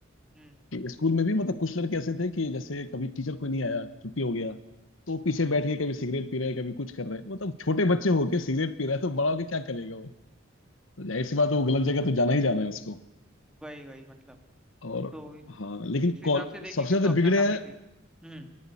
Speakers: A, in the centre; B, on the left.
A: हम्म
B: स्कूल में भी मतलब कुछ लड़के ऐसे थे कि जैसे कभी टीचर कोई नहीं आया छुट्टी हो गया तो वो पीछे बैठ के कभी सिगरेट पी रहे हैं कभी कुछ कर रहे हैं मतलब छोटे बच्चे होके सिगरेट पी रहा है तो बड़ा होके क्या करेगा वो तो जाहिर सी बात है वो गलत जगह तो जाना ही जाना है उसको
A: वही वही मतलब
B: और
A: तो इस
B: हाँ लेकिन
A: हिसाब
B: कॉल
A: से देखेंगे
B: सबसे ज्यादा
A: तो अपना
B: बिगड़े
A: काफी
B: हैं
A: सही हम्म